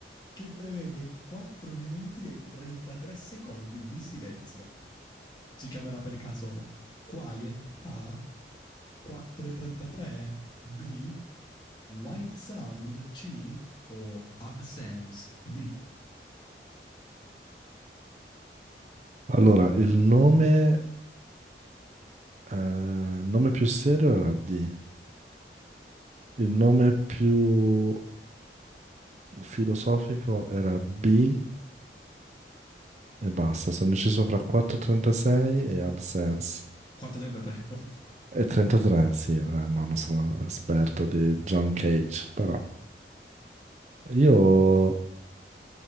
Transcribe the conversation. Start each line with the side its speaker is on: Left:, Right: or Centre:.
Left: che prevede 4 minuti e 33 secondi di silenzio? Si chiamerà per caso Quiet A, 4.33 B, White Sound C o Absence D?
Right: Allora, il nome, eh, nome più serio era D, il nome più filosofico era B e basta. Sono deciso fra 4.36 e Absence.
Left: 4.33 comunque.
Right: E 33, sì, vabbè, ma non sono esperto di John Cage, però io,